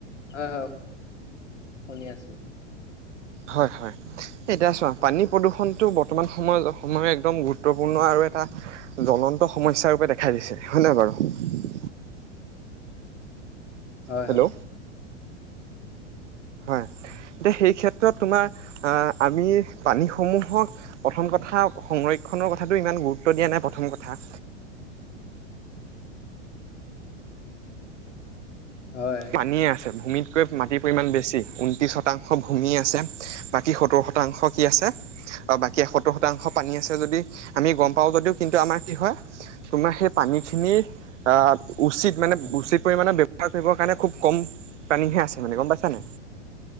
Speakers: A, on the left; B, on the right.
A: হয় হয় শুনি আছো
B: হয় হয় এতিয়া চোৱা পানী প্ৰদূষণটো বৰ্তমান সময়ত সময়ৰ একদম গুৰুত্বপূৰ্ণ আৰু এটা জ্বলন্ত সমস্যা ৰূপে দেখা দিছে হয় নহয় বাৰু
A: হয়
B: হেল্ল'
A: হয়
B: হয় এতিয়া সেই ক্ষেত্ৰত তোমাৰ আ আমি পানীসমূহক প্ৰথম কথা সংৰক্ষনৰ কথাটো ইমান গুৰুত্ব দিয়া নাই প্ৰথম কথা
A: হয়
B: পানীয়ে আছে ভূমিত কৈ মাটিৰ পৰিমান বেছি ঊনত্ৰিশ শতাংশ ভূমি আছে বাকী সত্তৰ শতাংশ কি আছে বাকী এই সত্তৰ শতাংশ পানী আছে যদি আমি গম পাওঁ যদিও কিন্তু আমাৰ কি হয় তোমাৰ সেই পানী খিনি অ উচিত মানে
A: হয়
B: উচিত পৰিমাণে ব্যৱহাৰ কৰিব কাৰণে খুব কম পানীহে আছে মানে গম পাইছা নাই